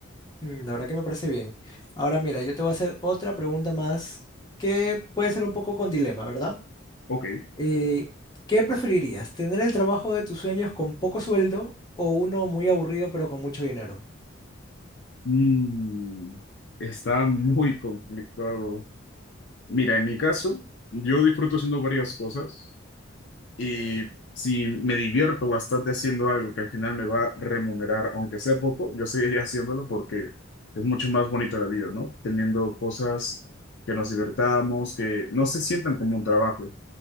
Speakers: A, on the left; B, on the left.
A: Mm, la verdad que me parece bien. Ahora mira, yo te voy a hacer otra pregunta más que puede ser un poco con dilema, ¿verdad?
B: Ok.
A: Eh, ¿qué preferirías? ¿Tener el trabajo de tus sueños con poco sueldo o uno muy aburrido pero con mucho dinero?
B: Mm, está muy complicado. Mira, en mi caso, yo disfruto haciendo varias cosas y si me divierto bastante haciendo algo que al final me va a remunerar, aunque sea poco, yo seguiré haciéndolo porque es mucho más bonito la vida, ¿no? Teniendo cosas que nos divertamos, que no se sientan como un trabajo.